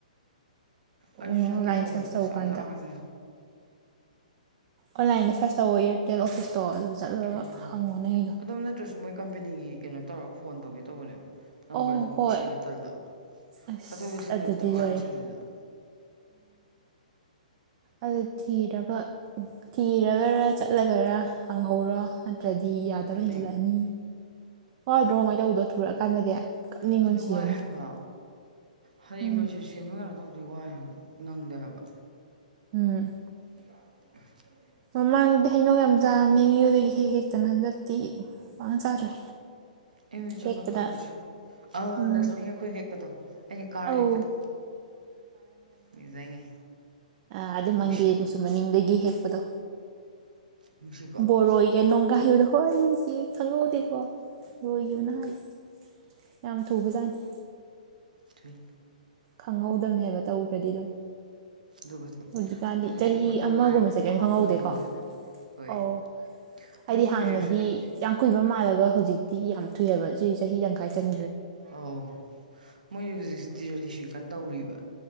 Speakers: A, on the right (about 80°); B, on the right (about 40°).
A: ꯑꯩꯁꯨ
B: ꯑꯣꯟꯂꯥꯏꯟ
A: ꯆꯠꯀꯦ ꯇꯧꯕꯅꯦ
B: ꯁꯔꯁ
A: ꯑꯁ
B: ꯇꯧꯀꯥꯟꯗ
A: ꯌꯥꯝ ꯂꯥꯡꯉꯦ
B: ꯑꯣꯟꯂꯥꯏꯟꯗ ꯁꯔꯁ ꯇꯧꯑꯣꯌꯦ ꯑꯦꯔꯇꯦꯜ ꯑꯣꯐꯤꯁꯇꯣ ꯑꯗꯨꯗ ꯆꯠꯂꯨꯔꯒ
A: ꯎꯝ
B: ꯍꯪꯉꯣ ꯅꯪꯒꯤꯗꯣ
A: ꯑꯗꯣꯝ ꯅꯠꯇ꯭ꯔꯁꯨ ꯃꯣꯏ ꯀꯝꯄꯦꯅꯤꯒꯤ ꯀꯩꯅꯣ ꯇꯧꯔ ꯐꯣꯟ ꯇꯧꯒꯦ ꯇꯧꯕꯅꯦꯕ ꯅꯝꯕꯔꯖꯨ
B: ꯑꯣ
A: ꯑꯃꯨ
B: ꯍꯣꯏ
A: ꯊꯤꯕꯖꯦ ꯇꯜꯂꯕ
B: ꯑꯁ
A: ꯆꯠꯊꯣꯛ ꯆꯠꯁꯤꯟꯗ
B: ꯑꯗꯨꯗꯤ
A: ꯊꯕꯛ
B: ꯂꯣꯏꯔꯦ
A: ꯌꯥꯝ ꯆꯤꯜꯂꯤꯗꯅ
B: ꯑꯗꯨ ꯊꯤꯔꯒ ꯊꯤꯔꯒꯔ ꯆꯠꯂꯒꯔ ꯍꯪꯍꯧꯔꯣ ꯑ ꯅꯠꯇ꯭ꯔꯗꯤ ꯌꯥꯗꯕ
A: ꯑꯗꯨꯅꯦ
B: ꯍꯦꯟꯖꯜꯂꯛꯑꯅꯤ ꯋꯥꯗ꯭ꯔꯣ ꯑꯃꯥꯏ ꯇꯧꯕꯗꯣ ꯊꯨꯔꯛꯑꯀꯥꯟꯗꯗꯤ ꯀꯞꯅꯤꯡꯕꯅ
A: ꯑꯗꯨꯅꯤ
B: ꯁꯤꯔꯅꯤ
A: ꯋꯥꯏ ꯍꯥꯏꯕ꯭ꯔꯣ ꯍꯥꯏꯗꯤ
B: ꯎꯝ
A: ꯏꯃꯥꯔꯖꯦꯟꯁꯤ ꯑꯃ ꯀꯩꯅꯣ ꯇꯧꯕꯗꯤ ꯋꯥꯏ ꯍꯥꯏꯕ ꯅꯪꯗꯦ ꯍꯥꯏꯕ
B: ꯎꯝ
A: <inaudible>
B: ꯃꯃꯥꯡꯗꯤ ꯍꯩꯅꯧ ꯌꯥꯝ ꯆꯥꯕꯅꯤ ꯑꯦꯝ ꯌꯨꯗꯒꯤ ꯍꯦꯛ ꯍꯦꯛꯇꯅ ꯍꯟꯗꯛꯇꯤ ꯄꯥꯛꯅ ꯆꯥꯗ꯭ꯔꯦ
A: ꯑꯦꯝ ꯌꯨ ꯆꯠꯄ
B: ꯍꯦꯛꯇꯅ
A: ꯐꯪꯗ꯭ꯔꯦ ꯑꯥ
B: ꯎꯝ
A: ꯂꯛꯁꯃꯤ ꯑꯩꯈꯣꯏ ꯍꯦꯛꯄꯗꯣ ꯑꯩꯅ ꯀꯥꯔ
B: ꯑꯧ
A: ꯍꯦꯛꯄꯗꯣ ꯅꯤꯡꯖꯪꯉꯦ
B: ꯑ ꯑꯗꯨ
A: ꯅꯨꯡꯁꯤꯀꯣ
B: ꯃꯪꯒꯦꯗꯨꯁꯨ ꯃꯅꯤꯡꯗꯒꯤ ꯍꯦꯛ ꯄꯗꯣ
A: ꯅꯨꯡꯁꯤꯀꯣ
B: ꯕꯣꯔꯣꯏꯒ ꯅꯣꯡꯒꯥꯏꯕꯗꯣ ꯍꯣꯏ ꯅꯨꯡꯁꯤ ꯈꯪꯍꯧꯗꯦ ꯀꯣ ꯂꯣꯏꯒꯤꯕꯅ ꯍꯥꯟꯂꯦ ꯌꯥꯝ ꯊꯨꯕꯖꯥꯠꯅꯤ
A: ꯊꯨꯏ
B: ꯈꯪꯍꯧꯗꯕꯅꯦ ꯍꯩꯕ ꯇꯧꯒ꯭ꯔꯗꯤ ꯑꯗꯨꯝ
A: ꯑꯗꯨꯕꯨꯗꯤ
B: ꯍꯧꯖꯤꯛꯀꯥꯟꯗꯤ
A: ꯑꯗꯨꯕꯨꯗꯤ
B: ꯆꯍꯤ
A: ꯃꯇꯝ
B: ꯑꯃꯒꯨꯝꯕꯁꯦ
A: ꯍꯥꯏꯅ ꯐꯥꯍꯧꯕ
B: ꯀꯩꯝ ꯈꯪꯍꯧꯗꯦꯀꯣ
A: ꯅꯪꯍꯧꯗꯦꯅ ꯍꯣꯏ
B: ꯑꯣ ꯍꯥꯏꯗꯤ
A: ꯑꯗꯣ ꯃꯣꯏ
B: ꯍꯥꯟꯅꯗꯤ
A: ꯍꯧꯖꯤꯛꯁꯨ
B: ꯌꯥꯝ ꯀꯨꯏꯕ ꯃꯥꯜꯂꯒ ꯍꯧꯖꯤꯛ ꯇꯤꯒꯤ ꯌꯥꯝ ꯊꯨꯏꯍꯥꯕ ꯁꯤ ꯆꯍꯤ ꯇꯪꯈꯥꯏ ꯆꯟ
A: ꯑꯧ ꯃꯣꯏ ꯍꯧꯖꯤꯛꯁꯦ ꯗꯤꯖꯥꯔꯇꯦꯁꯟ ꯀꯟ ꯇꯧꯔꯤꯌꯦꯕ